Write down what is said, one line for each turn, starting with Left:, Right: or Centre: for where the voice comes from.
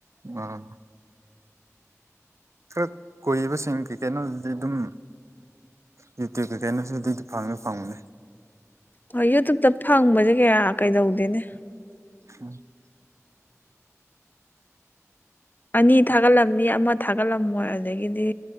Right: ꯑꯣ ꯈꯔ ꯀꯨꯏꯕꯁꯤꯡ ꯀꯩ ꯀꯩꯅꯣꯗꯨꯗꯤ ꯑꯗꯨꯝ ꯌꯨꯇ꯭ꯌꯨꯕ ꯀꯩꯀꯩꯅꯣꯁꯤꯗꯗꯤ ꯑꯗꯨꯝ ꯐꯪꯗꯤ ꯐꯪꯕꯅꯤ
Left: ꯍꯣꯏ ꯌꯨꯇꯨꯕꯇ ꯐꯪꯕꯁꯦ ꯀꯌꯥ ꯀꯩꯗꯧꯗꯦꯅꯦ
Right: <unintelligible>
Left: ꯑꯅꯤ ꯊꯥꯒꯠꯂꯝꯅꯤ ꯑꯃ ꯊꯥꯒꯠꯂꯝꯃꯣꯏ ꯑꯗꯒꯤꯗꯤ